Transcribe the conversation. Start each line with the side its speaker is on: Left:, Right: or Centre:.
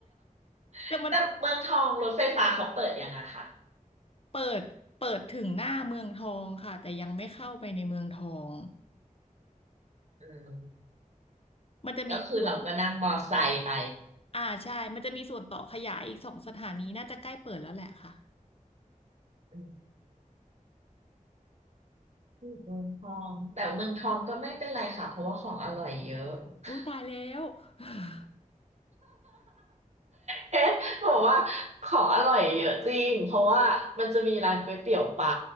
Right: <laughs>
Left: แต่มัน
Right: แต่เมืองทองรถไฟฟ้าเขาเปิดยังอะค่ะ
Left: เปิดเปิดถึงหน้าเมืองทองค่ะแต่ยังไม่เข้าไปในเมืองทอง
Right: อืม
Left: มันจะมีส่วน
Right: ก็คือเราก็นั่งมอไซค์ไป
Left: อ่าใช่มันจะมีส่วนต่อขยายอีกสองสถานีน่าจะใกล้เปิดแล้วแหละค่ะ
Right: อืมเมืองทองแต่เมืองทองก็ไม่เป็นไรค่ะเพราะว่าของอร่อยเยอะ <laughs>
Left: อุ้ยตายแล้ว <laughs>
Right: เอ๊ะบอกว่าของอร่อยเยอะจริงเพราะว่ามันจะมีร้านก๋วยเตี๋ยวปลา